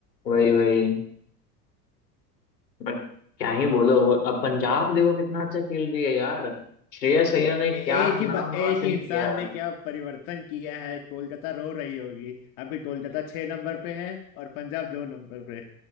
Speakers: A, on the left; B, on the left.
A: वही वही बट क्या ही बोलो वो- अब पंजाब देखो कितना अच्छा खेल रही है यार श्रेयस अय्यर ने क्या
B: ए- एक
A: नाम
B: ही ब- एक
A: रोशन
B: ही इंसान
A: किया
B: ने क्या परिवर्तन किया है कोलकाता रो रही होगी अभी कोलकाता छह नंबर पे है और पंजाब दो नंबर पे